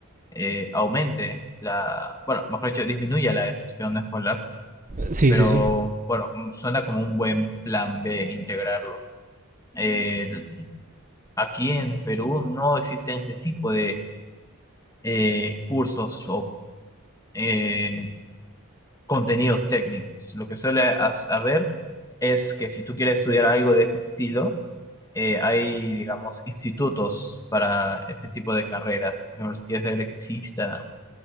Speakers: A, on the left (about 15°); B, on the right (about 35°).
A: eh, aumente la, bueno, mejor dicho, disminuya la deserción escolar,
B: Sí,
A: pero
B: sí, sí.
A: bueno, mm, suena como un buen plan B integrarlo. Eh, Aquí en Perú no existen este tipo de eh, cursos o eh, contenidos técnicos. Lo que suele as- haber es que si tú quieres estudiar algo de ese estilo, eh, hay, digamos, institutos para ese tipo de carreras. Por ejemplo, si quieres ser electricista